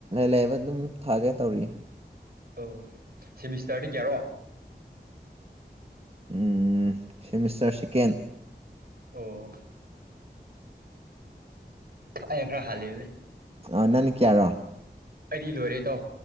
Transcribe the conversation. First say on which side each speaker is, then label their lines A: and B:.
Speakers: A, on the right (about 35°); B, on the right (about 65°).
A: ꯂꯩꯕ ꯑꯗꯨꯝ ꯊꯥꯒꯦ ꯇꯧꯔꯤ
B: ꯑ ꯁꯤꯦꯃꯤꯁꯇꯔꯗꯤ ꯀꯌꯥꯔꯣ
A: ꯎꯝ ꯁꯤꯃꯤꯁꯇꯔ ꯁꯤꯀꯦꯟ
B: ꯑꯣ ꯑꯩ ꯈ ꯍꯂ
A: ꯑ ꯅꯟ ꯀꯦꯔ
B: ꯑꯩꯗꯤ ꯂꯣꯏꯔꯦ ꯇꯣ